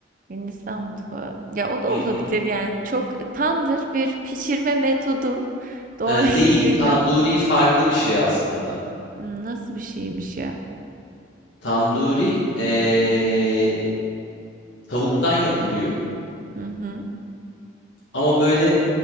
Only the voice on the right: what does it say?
Hindistan mutfağı. Ya o da
olabilir
yani. Çok tandır bir pişirme metodu. <laughs> Dolayısıyla
Hmm, nasıl bir şeymiş ya?
Hı hı.